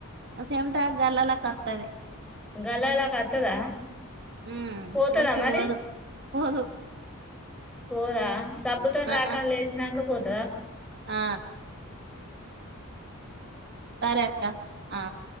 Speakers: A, on the right; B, in the centre.
A: చెమిటా గల్లలా కత్తది
B: గల్లలా కత్తదా
A: ఉమ్
B: పోతదా
A: మురికి
B: మరి
A: పోదు పోదు
B: పోదా సబ్బుతోని రాకి
A: ఆ
B: అల్లేచినాక పో దా
A: ఆ సరే అక్క ఆ